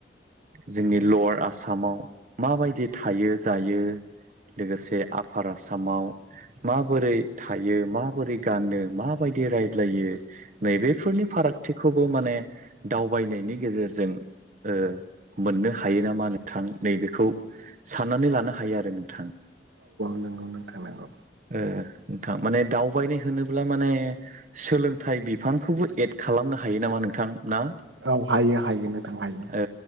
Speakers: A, on the right; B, on the right.
A: जोंनि लवार आसामाव माबायदि थायो जायो लोगोसे आफार आसामाव माबोरै थायो माबोरै गानो माबायदि रायज्लायो नै बेफोरनि फार रागथिखौबो माने दावबायनायनि गेजेरजों ओ मोननो हायो नामा नोंथां नैबेखौ साननानै लानो हायो आरो नों थां
B: नंगौ नोंथां नंगौ
A: ओ नोंथां माने दावबायनाय होनोब्ला माने सोलोंथाइ बिफांखौबो एड खालामनो हायो नामा नोंथां ना
B: औ हायो हायो नोंथां हायो
A: औ